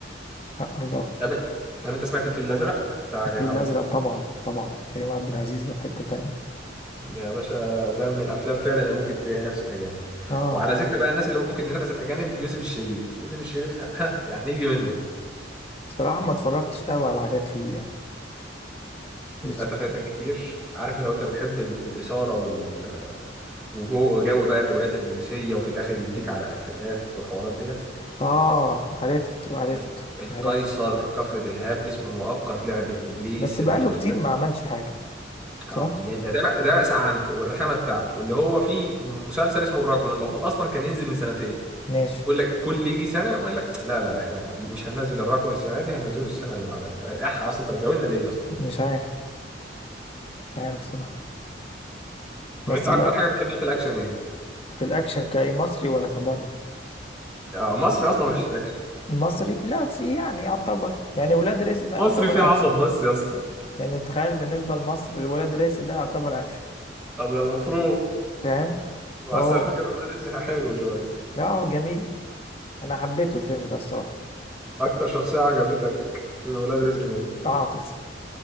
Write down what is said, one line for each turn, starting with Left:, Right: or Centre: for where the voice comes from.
Left: آه الله
Centre: طب طب انت سمعت الفيل الازرق بتاع
Left: الفيل
Centre: كريم عبد
Left: الازرق
Centre: العزيز
Left: طبعا طبعا كريم عبد العزيز ده في حتة تانية
Centre: يا باشا ده من الافلام فعلا اللي ممكن تنافس الاجانب
Left: اه
Centre: وعلى ذكر بقى الناس اللي ممكن تنافس الاجانب يوسف الشريف يوسف الشريف <laughs> ها، يعني يجي منه
Left: صراحة ما اتفرجتش قوي على حاجات ليه يعني
Centre: يبقى
Left: يوسف
Centre: انت
Left: الشريف
Centre: فايتك كتير عارف لو انت بتحب ال- الاثاره وال وجو جو بقى الروايات البوليسيه وفي الاخر يديك على قفاك والحوارات ديت
Left: اه عرفته عرفته
Centre: ال- القيصر
Left: عرفته
Centre: كفر دلهاب اسم مؤقت لعبه ابليس
Left: بس بقاله
Centre: المسلسلات
Left: كتير ما
Centre: دي
Left: عملش حاجة صح
Centre: اه يا ده ده بقى ده بقى سعنته والرخامه بتاعته اللي هو في مسلسل اسمه الراكون المفروض اصلا كان ينزل من سنتين
Left: ماشي
Centre: يقول لك كل يجي سنه يقوم قايل لك لا لا لا احنا مش هننزل الرقم السنه دي هننزله السنه اللي بعدها فاح اصلا انت بتزودنا ليه يا اسطى؟
Left: مش عارف مش عارف صراحة
Centre: طب
Left: بس
Centre: انت اكتر
Left: لا
Centre: حاجه بتحبها في الاكشن ايه؟
Left: في الاكشن كأي مصري ولا كبره
Centre: آه، مصري اصلا مفيش اكشن
Left: المصري لا في يعني يعتبر يعني ولاد رزق ده يعتبر
Centre: مصري فيه عبط
Left: اكشن
Centre: بس يا اسطى
Left: يعني تخيل بالنسبة لمصر ولاد رزق ده يعتبر اكشن
Centre: هذا المفروض
Left: فاهم
Centre: بس
Left: هو
Centre: على فكره ولاد رزق حلو شويه
Left: لا هو جميل انا حبيته الفيلم ده الصراحة
Centre: اكتر شخصيه عجبتك في ولاد رزق مين؟
Left: عاطف